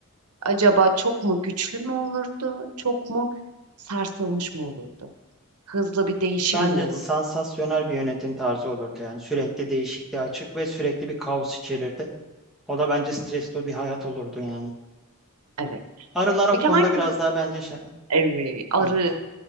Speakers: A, on the right; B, in the centre.
A: acaba çok mu güçlü mü olurdu? Çok mu sarsılmış mı olurdu? Hızlı bir değişim
B: Bence
A: mi olurdu?
B: sansasyonel bir yönetim tarzı olurdu yani. Sürekli değişikliğe açık ve sürekli bir kaos içerirdi. O da bence stresli bir hayat olurdu yani.
A: Evet.
B: Arılar o
A: Peki
B: konuda
A: hangi?
B: biraz daha bence şey-
A: Evet, arı.
B: evet.